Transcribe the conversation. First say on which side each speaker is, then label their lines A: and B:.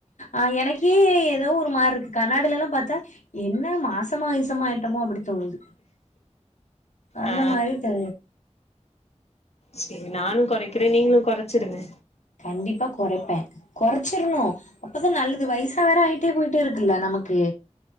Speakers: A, on the left; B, on the left.
A: ஆ எனக்கே எதோ ஒரு மாரி இருக்கு கண்ணாடில எல்லாம் பார்த்தா என்ன மாசமா கிசமா சும்மா அப்பிடி தோணுது அந்த
B: ஆ
A: மாரி தெ
B: செரி நானும் கொறைக்கிறேன் நீங்களும் கொறச்சிருங்க
A: கண்டிப்பா கொறைப்பேன் கொறச்சிடணும் அப்பதான் நல்லது வய்சா வேற ஆய்ட்டே போயிட்டே இருக்குல்ல நமக்கு